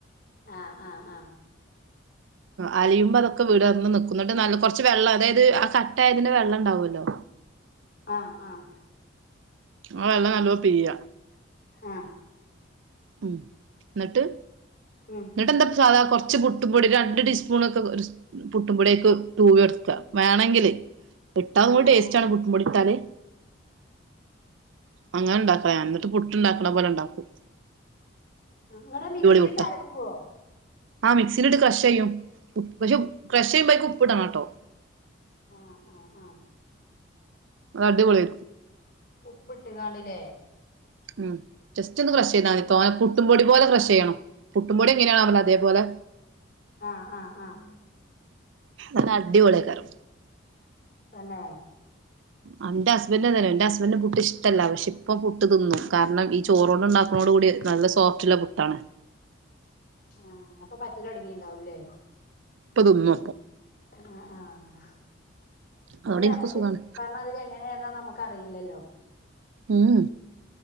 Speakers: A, on the left; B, on the right.
A: ആഹ് ആഹ് ആഹ്
B: അലിയുമ്പോ അതൊക്കെ വിടർന്ന് നിക്കും ന്ന്ട്ട് നല്ല കൊർച്ച് വെള്ളം അതായത് ആ ക ട്ടായതിന്റെ വെള്ളം ണ്ടാവല്ലോ
A: ആഹ് ആഹ്
B: ആ വെള്ളം നല്ലോ പിയ്യ
A: ആഹ്
B: ഉം ന്ന്ട്ട്
A: ഉം
B: ന്ന്ട്ടെന്താ പ്പ് സാധാ കൊർ ച്ച് പുട്ടുംപൊടി രണ്ട് ടീസ്പൂണൊക്കെ ഒരുസ് പുട്ടുംപൊടിയയ്ക്ക് തൂവിയൊട്ക്ക വേണെങ്കില് ഇട്ടാ ഒന്നും കൂടി
A: ആഹ്
B: ടേസ്റ്റാണ്
A: ആഹ്
B: പുട്ടും പൊടി ട്ടാല് അങ്ങനെണ്ടാക്കലാ ഞാന് ന്ന്ട്ട് പുട്ട്ണ്ടാക്കണ പോലെ ണ്ടാക്കും
A: ന്ന്ട്ടത് മിക്സിലിട്ട്
B: പുട്ടാ
A: അരക്കോ
B: ആ മിക്സിലിട്ട് ക്രെശെയ്യും പക്ഷെ ക്രശ്ശെയ്യുമ്പോ അയ്ക്ക് ഉപ്പ്ടണം ട്ടോ
A: ആഹ് ആഹ് ആഹ്
B: അത് അടിപൊളി
A: ഉപ്പ്ട്ട് കാണ്ട്ല്ലേ
B: ഉം ജസ്റ്റൊന്ന് ക്രശ്ശെയ്താ മതി തോനെ പുട്ടും പൊടി പോലെ ക്രശ്ശെയ്യണം പുട്ടും പൊടി എങ്ങനാണോ ആവല് അതേപോലെ
A: ആഹ് ആഹ് ആഹ്
B: എന്ന അടിപൊളിയേക്കാരം
A: തെന്നെ
B: ആഹ് ന്റെ ഹസ്ബന്റ് എന്താറിയോ ഇന്റെ ഹസ്ബന്റ് ന് പുട്ട് ഇഷ്ടല്ല പക്ഷെ ഇപ്പൊ പുട്ട് തിന്നും കാരണം ഈ ചോറോണ്ട്ണ്ടാക്ക്ണോടു കൂടി നല്ല സോഫ്റ്റ്ള്ള പുട്ടാണ്
A: ആഹ് അപ്പൊ പറ്റലൊടങ്ങിണ്ടാവും ല്ലേ
B: പ്പ തിന്നും
A: ആഹ് ആഹ്
B: അതോടെ
A: അല്ല
B: എനിക്ക്
A: മ്മക്ക്
B: സുഖാണ്
A: പർഞാതിരി ത് എങ്ങനെ ഏതാ നമ്മക്കറില്ലല്ലോ
B: ഉം